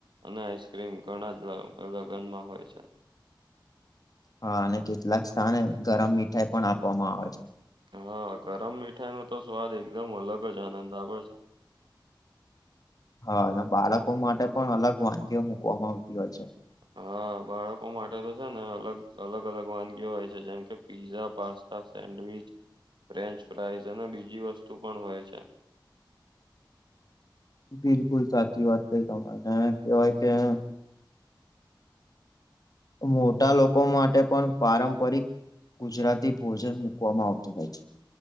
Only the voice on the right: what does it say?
અને આઈસક્રીમ ઘણા જ લગનમાં હોય છે,
હા ગરમ મીઠાઈનો, તો સ્વાદ એકદમ અલગ જ આનંદ આવે છે.
હા બાળકો માટે તો છે ને અલગ અલગ અલગ વાનગીઓ હોય છે જેમ કે-, pizza pasta sandwich French fries અને બીજી વસ્તુ પણ હોય છે.